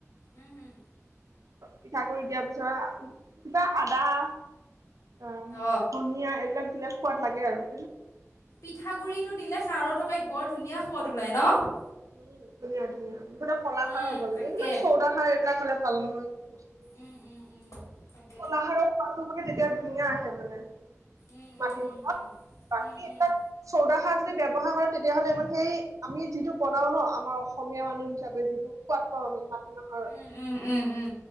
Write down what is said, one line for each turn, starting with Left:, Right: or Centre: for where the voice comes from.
Left: উম হুম
Right: পিঠা কৰি দিয়াৰ পিছত কিবা আদা অ' ধুনীয়া
Left: অঁ
Right: এইবিলাক বিলাক খোৱাত লাগে আৰু
Left: পিঠাগুড়ৰিটো দিলে। খাৰৰ তৰকাৰিত বৰ ধুনীয়া সোৱাদ ওলায় ন।
Right: উম ধুনীয়া ধুনীয়া। কলা
Left: উম
Right: খাৰ হ'ব লাগে।
Left: তাকে
Right: এইবিলাক চৌদাখা এইবিলাক হলে ভাল নহয় বস্তু
Left: উম উম উম তাকে
Right: কলা খাৰত সোৱাদটো মানে তেতিয়া ধুনীয়া আহে মানে
Left: উম
Right: মাটিমাহত
Left: উম উম উম
Right: বাকী
Left: উম
Right: এ
Left: উম
Right: চৌদাখাৰ যদি ব্যৱহাৰ কৰে তেতিয়া হ'লে ইমান সেই আমি যিটো বনাও ন আমাৰ অসমীয়া মানুহ হিচাপে যিটো সোৱাদ পাওঁ। আমি মাত কিহৰ
Left: উম উম উম উম